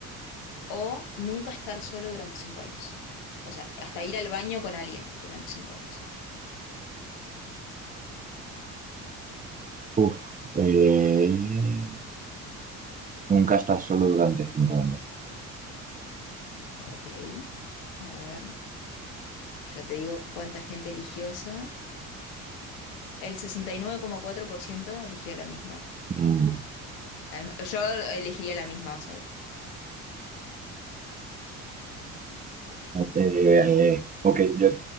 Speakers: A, on the left (about 65°); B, on the right (about 20°).
A: o nunca estar solo durante cinco años. O sea, hasta ir al baño con alguien durante cinco años.
B: Uf, eh, nunca estás solo durante cinco años.
A: Ok, a ver, ya te digo cuánta gente eligió esa. El sesenta y nueve coma cuatro por ciento eligió la misma.
B: Mm,
A: La mi- Yo elegiría la misma, o sea,
B: eh, ok, yo...